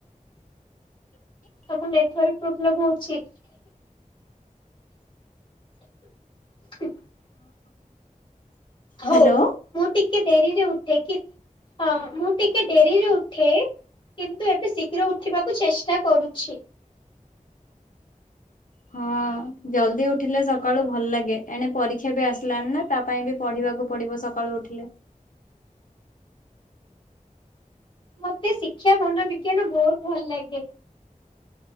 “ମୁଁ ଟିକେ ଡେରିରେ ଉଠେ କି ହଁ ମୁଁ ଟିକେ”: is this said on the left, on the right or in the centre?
Left